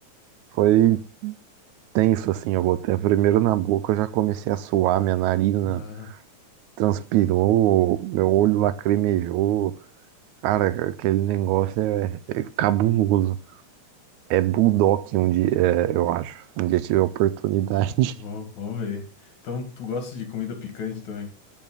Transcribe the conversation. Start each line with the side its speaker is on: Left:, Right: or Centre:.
Right: Foi tenso assim, eu botei primeiro na boca, eu já comecei a suar, minha narina
Left: Ah,
Right: transpirou, meu olho lacrimejou. Cara, aquele negócio é, é cabuloso. É Bulldog um dia, é, eu acho. Um dia tiver oportunidade.
Left: vou, vou ver. Então, tu gosta de comida picante também?